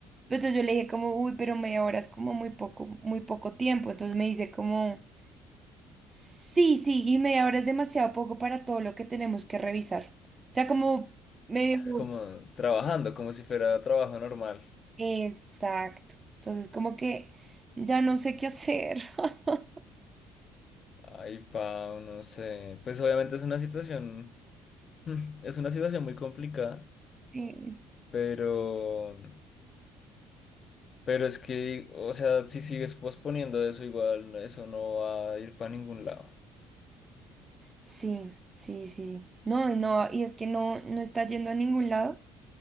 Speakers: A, on the right; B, on the left.
A: pues entonces yo le dije como, uy, pero media hora es como muy poco, muy poco tiempo. Entonces me dice como, sí, sí, y media hora es demasiado poco para todo lo que tenemos que revisar. O sea, como medio...
B: como trabajando, como si fuera trabajo normal.
A: Exacto. Entonces, como que ya no sé qué hacer. <laughs>
B: Ay, pau no sé. Pues obviamente es una situación, <laughs> es una situación muy complicada,
A: Sí,
B: pero, pero es que, o sea, si sigues posponiendo eso, igual eso no va a ir para ningún lado.
A: sí, sí. sí. No, y no, y es que no, no está yendo a ningún lado.